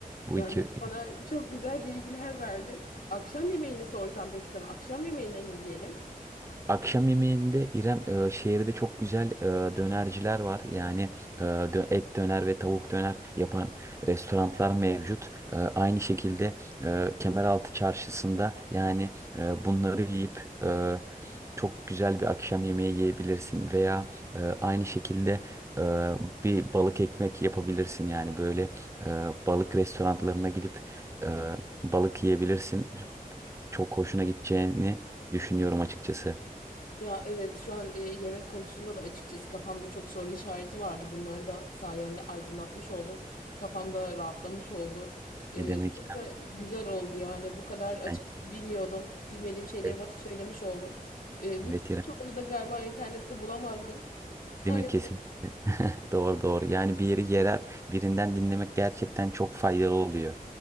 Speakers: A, on the right; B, on the left.
A: bu
B: Yani
A: iki
B: bana çok güzel bilgiler verdin. Akşam yemeğini sorsam peki sana akşam yemeğinde ne yiyelim?
A: Akşam yemeğinde İrem e, şehirde çok güzel e, dönerciler var. Yani e, dö- et döner ve tavuk döner yapan restoranlar mevcut. E, aynı şekilde e, Kemeraltı Çarşısı'nda yani e, bunları yiyip e, çok güzel bir akşam yemeği yiyebilirsin veya e, aynı şekilde e, bir balık ekmek yapabilirsin. Yani böyle e, balık restoranlarına gidip e, balık yiyebilirsin. Çok hoşuna gideceğini düşünüyorum açıkçası.
B: Ya evet şu an e, yemek konusunda da açıkçası kafamda çok soru işareti vardı. Bunları da sayende aydınlatmış oldum. Kafamda rahatlamış oldu. E,
A: Ne demek
B: çok
A: İrem?
B: da güzel oldu yani bu kadar açıkçası
A: Yani,
B: bilmiyordum. Bilmediğim şeyleri
A: Evet
B: bana söylemiş oldun. E,
A: evet,
B: bu
A: İrem.
B: çoğunu da galiba internette bulamazdım. <laughs> Sayende
A: Değil mi? Kesinlikle. <laughs> Doğru doğru. Yani bir yeri gerer birinden dinlemek gerçekten çok faydalı oluyor.